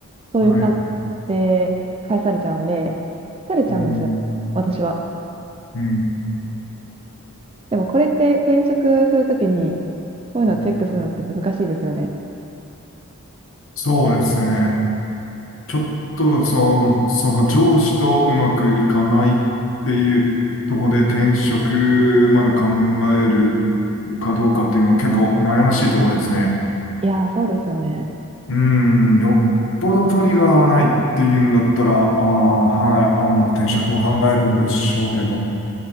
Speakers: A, on the right; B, on the left.
A: そういう感じ
B: はい。
A: で返されちゃうんで、疲れちゃうんですよ、
B: うん、
A: 私は。
B: うん、
A: でもこれって転職するときに、こういうのをチェックするのって難しいですよね。
B: うん。そうですね。ちょっと、その、その上司とうまくいかないっていうとこで転職まで考えるかどうかっていうのは結構悩ましいところですね。
A: いやー、そうですよね。
B: うーん、よっぽどトリガーはないっていうんだったら、ああ、はい、あ、まあ、転職も考えるんでしょうけど、